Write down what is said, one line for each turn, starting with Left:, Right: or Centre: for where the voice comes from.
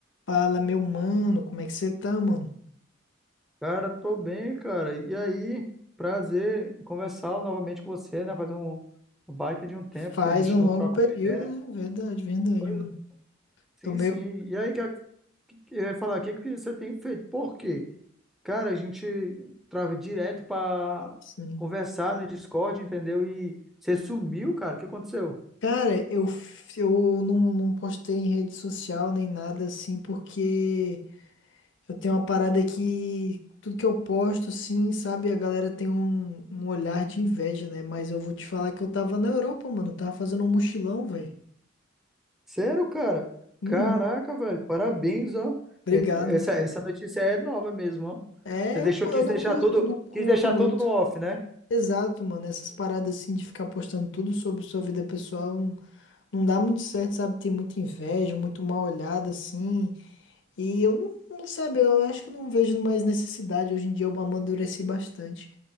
Left: Fala, meu mano, como é que você tá, mano?
Centre: Cara, tô bem, cara. E aí, prazer conversar novamente com você, né? Faz um um baita de um tempo
Left: Faz
Centre: que a gente
Left: um
Centre: não
Left: longo
Centre: troca
Left: período,
Centre: uma ideia, né?
Left: né? Verdade, verdade,
Centre: Pois,
Left: mano.
Centre: sim,
Left: Tô meio
Centre: sim. E aí, que eu ia falar, o que que você tem feito? Por quê? Cara, a gente trava direto pra
Left: assim.
Centre: conversar no Discord, entendeu? E você sumiu, cara. O que aconteceu?
Left: Cara, eu, f- eu não, não postei em rede social nem nada assim, porque eu tenho uma parada que tudo que eu posto, assim, sabe, a galera tem um, um olhar de inveja, né? Mas eu vou te falar que eu tava na Europa, mano. Eu tava fazendo um mochilão, velho.
Centre: Sério, cara?
Left: Uhum,
Centre: Caraca, velho. Parabéns, ó.
Left: obrigado.
Centre: É- Essa, essa notícia é nova mesmo, ó.
Left: É,
Centre: Você deixou,
Left: eu,
Centre: quis
Left: eu não
Centre: deixar
Left: curto,
Centre: tudo,
Left: não curto
Centre: quis deixar
Left: muito.
Centre: tudo no off, né?
Left: Exato, mano. Essas paradas assim de ficar postando tudo sobre sua vida pessoal não, não dá muito certo, sabe? Tem muita inveja, muito mal olhada assim. E eu não, não sabe, eu acho que eu não vejo mais necessidade. Hoje em dia eu amadureci bastante.